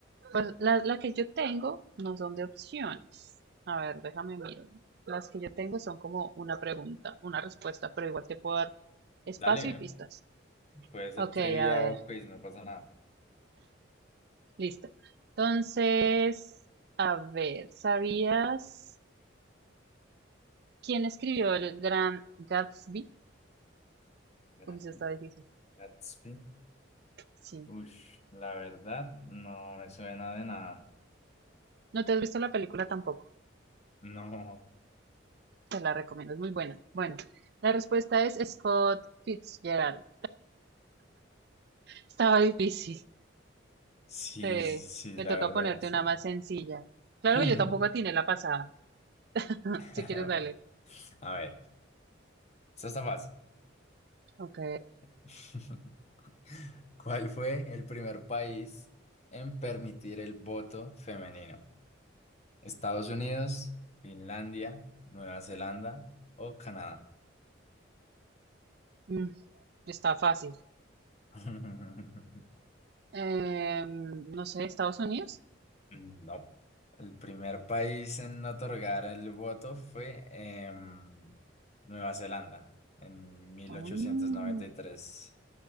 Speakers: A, on the right; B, on the left.
A: pues la, la que yo tengo no son de opciones. A ver, déjame mirar. Las que yo tengo son como una pregunta, una respuesta, pero igual te puedo dar espacio
B: Dale,
A: y pistas.
B: puede ser
A: Ok,
B: trivia
A: a ver,
B: o quiz, no pasa nada.
A: listo. Entonces, a ver, ¿sabías quién escribió el gran Gatsby?
B: Gran
A: Uy, eso está difícil.
B: Gatsby.
A: Sí.
B: Ush, la verdad, no me suena de nada.
A: No te has visto la película tampoco.
B: No.
A: Te la recomiendo, es muy buena. Bueno, la respuesta es Scott Fitzgerald. Estaba difícil.
B: Sí,
A: Sí,
B: sí, sí,
A: me
B: la
A: toca
B: verdad,
A: ponerte
B: sí.
A: una más sencilla. Claro
B: Hmm.
A: que yo tampoco tiene la pasada. <laughs>
B: <laughs>
A: Si quieres, dale.
B: A ver, eso está fácil.
A: Ok.
B: <laughs> ¿Cuál fue el primer país en permitir el voto femenino? ¿Estados Unidos, Finlandia, Nueva Zelanda o Canadá?
A: Mm, está fácil.
B: <laughs>
A: Em, no sé, Estados Unidos.
B: No. El primer país en otorgar el voto fue em, Nueva Zelanda en mil
A: Mm,
B: ochocientos noventa y tres.